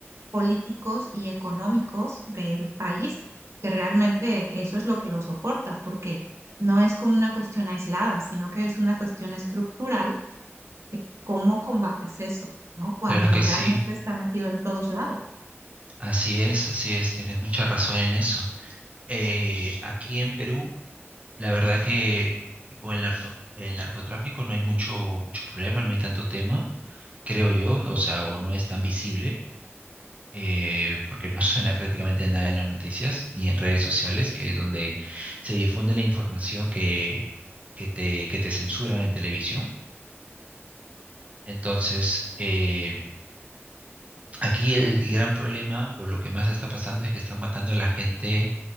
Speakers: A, on the right; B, on the right.
A: políticos y económicos del país, que realmente eso es lo que lo soporta, porque no es como una cuestión aislada, sino que es una cuestión estructural que ¿Cómo combates eso, no? Cuando
B: Claro que
A: Sí.
B: sí,
A: realmente está metido en todos lados.
B: así es, así es, tienes mucha razón en eso. Eh, aquí en Perú, La verdad que con el narco- el narcotráfico no hay mucho, mucho problema, no hay tanto tema, creo yo, no, o sea, o no es tan visible, eh, porque no <laughs> suena prácticamente nada en las noticias, ni en redes sociales, que es donde se difunde la información que, que te, que te censuran en televisión. Entonces, eh, aquí el gran problema, o lo que más está pasando, es que están matando a la gente